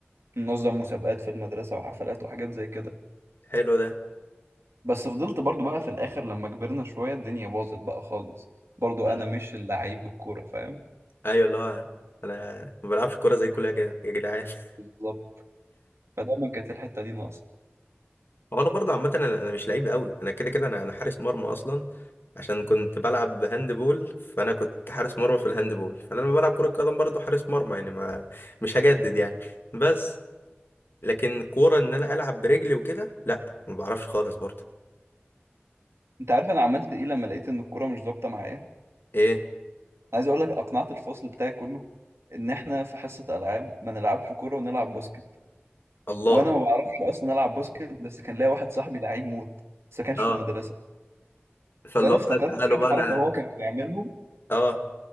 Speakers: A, on the right; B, on the left.
A: ننظم مسابقات في المدرسة وحفلات وحاجات زي كده
B: حلو ده
A: بس فضلت برضو بقى في الآخر لما كبرنا شوية الدنيا باظت بقى خالص برضو أنا
B: امم
A: مش اللعيب الكورة فاهم
B: ايوه اللي هو انا ما بلعبش كوره زي كل يا جدع- يا جدعان <laughs>
A: بالظبط فدايما كانت الحتة دي ناقصة
B: هو انا برضه عامه انا أنا مش لعيب قوي انا كده كده انا انا حارس مرمى اصلا عشان كنت بلعب هاند بول فانا كنت حارس مرمى في الهاند بول فانا لما بلعب كره قدم برضه حارس مرمى يعني ما مش هجدد يعني بس لكن كوره ان انا العب برجلي وكده لا ما بعرفش خالص برضه
A: أنت عارف أنا عملت إيه لما لقيت إن الكورة مش ظابطة معايا
B: ايه
A: عايز اقول لك اقنعت الفصل بتاعي كله ان احنا في حصه العاب ما نلعبش كوره ونلعب باسكت
B: الله
A: وانا ما بعرفش اصلا العب باسكت بس كان ليا واحد صاحبي لعيب موت بس ما كانش
B: اه
A: في المدرسه
B: فاللي
A: فانا
B: هو
A: افتكرت
B: تعالوا
A: كام
B: بقى
A: حركه
B: انا
A: هو كان بيعملهم
B: اه